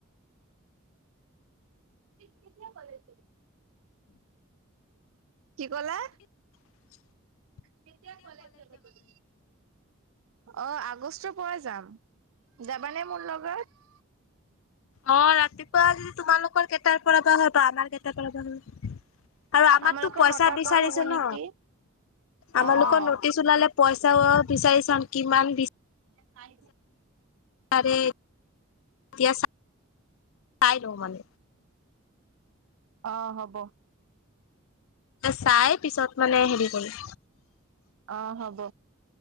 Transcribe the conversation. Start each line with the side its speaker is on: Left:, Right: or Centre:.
Right: কেতিয়া ক'লে তো। কি ক'লা।
Left: <unintelligible>
Right: কেতিয়া কলেজ যাবা কলো। অ আগষ্টৰ পৰা যাম যাবানে মোৰ লগত।
Left: অ ৰাতিপুৱা যদি তোমালোকৰ কেইটাৰ পৰা বা হয় বা আমাৰ কেইটাৰ পৰা বা হয়। আৰু আমাকতো
Right: আমালোকৰ
Left: পইচা
Right: নটাৰ
Left: বিচাৰিছে
Right: পৰা হ'ব
Left: ন।
Right: নেকি?
Left: আমালোকৰ
Right: অ' অ'
Left: নটিচ ওলালে পইচাও বিচাৰি চাম কিমান।
Right: চাই।
Left: আৰে এতিয়া চাই লওঁ মান।
Right: অ হব।
Left: চাই পিছত মানে হেৰি কৰি।
Right: অ হব।